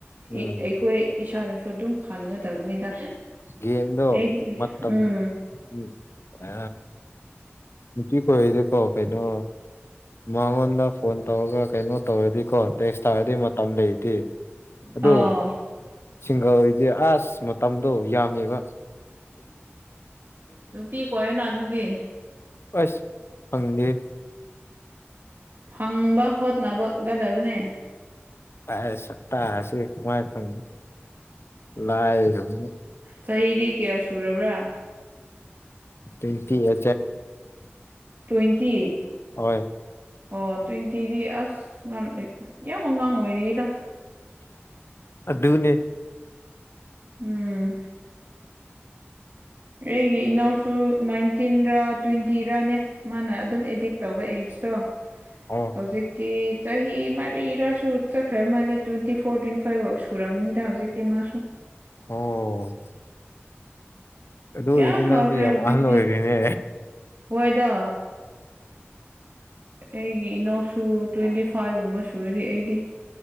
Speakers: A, on the left (about 65°); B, on the right (about 50°).
A: ꯎꯝ
B: ꯏ ꯑꯩꯈꯣꯏ ꯏꯁꯥꯅꯁꯨ ꯑꯗꯨꯝ ꯈꯥꯟꯒꯗꯕꯅꯤꯗ
A: ꯒꯦꯝꯗꯣ
B: ꯑꯩ
A: ꯃꯇꯝ
B: ꯎꯝ
A: ꯎꯝ ꯑ ꯅꯨꯄꯤꯈ‌ꯣꯏꯗꯤ ꯀꯣ ꯀꯩꯅꯣ ꯃꯉꯣꯟꯗ ꯐꯣꯟ ꯇꯧꯔꯒ ꯀꯩꯅꯣ ꯇꯧꯔꯗꯤꯀꯣ ꯇꯦꯛꯁ ꯊꯥꯔꯗꯤ ꯃ ꯇꯝ ꯂꯩꯇꯦ ꯑꯗ‌ꯣ
B: ꯑꯣ
A: ꯁꯤꯡꯒꯜꯗꯤ ꯑꯥꯖ ꯃꯇꯝ ꯗꯣ ꯌꯥꯝꯃ‌ꯦꯕ
B: ꯅꯨꯄꯤ ꯀ‌ꯣꯏꯔ‌ꯣꯅ ꯑꯗꯨꯗꯤ
A: ꯑꯁ ꯐꯪꯗ‌ꯦ
B: ꯐꯪꯕ ꯍꯣꯠꯅꯕ ꯒꯗꯕꯅꯦ
A: ꯑꯖ ꯁꯛꯇꯥꯁꯤꯒ ꯀꯃꯥꯏ ꯐꯪꯅꯤ ꯂꯥꯏꯔꯝꯅꯤ
B: ꯆꯍꯤꯗꯤ ꯀꯌꯥ ꯁꯨꯔꯕ꯭ꯔꯥ
A: ꯇ‌ꯣꯏꯟꯇꯤ ꯑꯦꯛꯖ‌ꯦꯛ
B: ꯇ‌ꯣꯏꯟꯇꯤ
A: ꯍꯣꯏ
B: ꯑꯣ ꯇ꯭ꯋꯦꯟꯇꯤꯗꯤ ꯑꯁ ꯉꯟ ꯌꯥꯝ ꯑꯉꯥꯡ ꯑꯣꯏꯔꯤꯌ‌ꯦꯗ
A: ꯑꯗꯨꯅꯦ
B: ꯎꯝ ꯑꯩꯒꯤ ꯏꯅꯥꯎꯁꯨ ꯨ <unintelligible> ꯅꯥꯏꯟꯇꯤꯟꯔ ꯇ꯭ꯋꯦꯟꯇꯤꯔꯅꯦ ꯃꯥꯅ ꯑꯗꯨꯝ ꯑꯦꯗꯦꯛ ꯇꯧꯕ ꯑꯦꯖꯇꯣ
A: ꯑꯣ
B: ꯍꯧꯖꯤꯛꯇꯤ ꯆꯍꯤ ꯃꯔꯤꯔꯁꯨ ꯆꯠꯈ꯭ꯔ ꯃꯥꯜꯂꯦ ꯇ꯭ꯋꯦꯟꯇꯤ ꯐꯣꯔ ꯇ꯭ꯋꯦꯟꯇꯤ ꯐꯥꯏꯚ ꯑꯣꯏ ꯄꯨꯨꯔꯝꯒꯅꯤꯗ ꯍꯧꯖꯤꯛꯇꯤ ꯃꯥꯁꯨ
A: ꯑꯣ ꯑꯗꯨ ꯑꯣꯏꯗꯤ
B: ꯌꯥꯝ ꯐꯈ꯭ꯔꯦ
A: ꯅꯪꯗꯤ ꯌꯥꯝ
B: ꯍꯧꯖꯤꯛꯇꯤ
A: ꯑꯍꯟ ꯑꯣꯏꯔꯦꯅꯦ
B: ꯍꯣꯏꯗ ꯑꯩꯒꯤ ꯏꯅꯥꯎꯁꯨ ꯇ꯭ꯋꯦꯟꯇꯤ ꯐꯥꯏꯚꯒꯨꯝꯕ ꯁꯨꯔꯤ ꯑꯩꯗꯤ